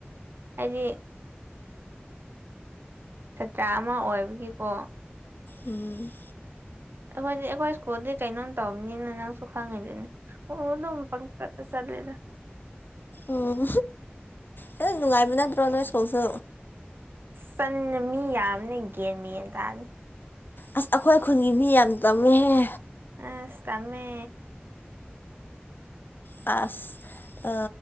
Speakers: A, on the right; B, on the left.
A: ꯍꯥꯏꯗꯤ ꯁꯥꯇ꯭ꯔꯥ ꯑꯃ ꯑꯣꯏꯕꯒꯤꯀꯣ
B: ꯎꯝ
A: ꯑꯩꯈꯣꯏꯗꯤ ꯑꯩꯈꯣꯏ ꯁ꯭ꯀꯨꯜꯗꯤ ꯀꯩꯅꯣꯝ ꯇꯧꯕꯅꯤꯅ ꯅꯪꯁꯨ ꯈꯪꯉꯤꯗꯅꯦ ꯑꯣ ꯑꯗꯨꯝ ꯄꯪꯆ ꯆꯠꯂꯦꯗ <inaudible>
B: ꯎꯝ ꯍ ꯅꯨꯡꯉꯥꯏꯕ ꯅꯠꯇ꯭ꯔꯣ ꯅꯣꯏ ꯁ꯭ꯀꯨꯜꯁꯨ
A: ꯆꯟꯅ ꯃꯤ ꯌꯥꯝꯅ ꯒꯌꯦꯟꯃꯤ ꯇꯅꯤ
B: ꯑꯁ ꯑꯩꯈꯣꯏ ꯈꯨꯟꯒꯤ ꯃꯤ ꯌꯥꯝ ꯇꯝꯃꯦꯍꯦ
A: ꯑꯁ ꯇꯝꯃꯦ
B: ꯑꯁ